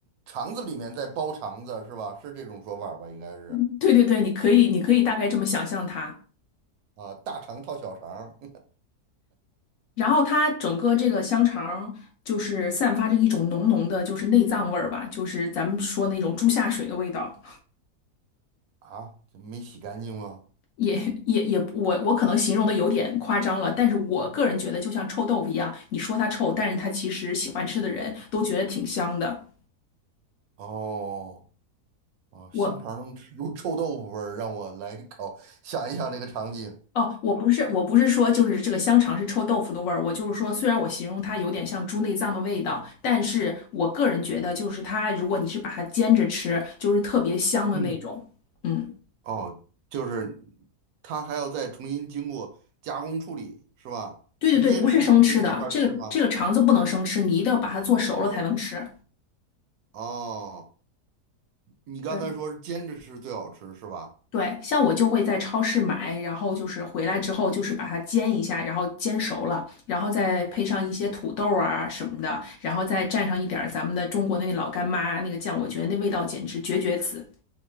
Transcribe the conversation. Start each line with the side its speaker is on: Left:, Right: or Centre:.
Right: 肠子里面在包肠子是吧？是这种说法儿吧？应该是
Left: <laughs> 对对对，你可以你可以大概这么想象它。
Right: 啊，大肠套小肠儿
Left: 然后它整个这个香肠就是散发着一种浓浓的，就是内脏味儿吧，就是咱们说那种猪下水的味道，
Right: <laughs> 啊，怎么没洗干净吗？
Left: 也也也，我我可能形容的有点夸张了，但是我个人觉得就像臭豆腐一样，你说它臭，但是它其实喜欢吃的人都觉得挺香的。
Right: 哦。哦，香肠能吃出臭豆腐味儿，
Left: 我
Right: 让我来搞，想一想这个场景。
Left: 哦，我不是我不是说就是这个香肠是臭豆腐的味儿，我就是说，虽然我形容它有点像猪内脏的味道，但是我个人觉得就是它，如果你是把它煎着吃，就是特别香的那种，
Right: 嗯，
Left: 嗯。
Right: 哦，就是它还要再重新经过加工处理，是吧？
Left: 对对对，
Right: 直接吃是没法儿吃吗？
Left: 不是生吃的，这个这个肠子不能生吃，你一定要把它做熟了才能吃。
Right: 哦，你刚才说是煎着吃最好吃，
Left: 嗯，
Right: 是吧？
Left: 对，像我就会在超市买，然后就是回来之后就是把它煎一下，然后煎熟了，然后再配上一些土豆啊什么的，然后再蘸上一点儿咱们的中国的那老干妈那个酱，我觉得那味道简直绝绝子。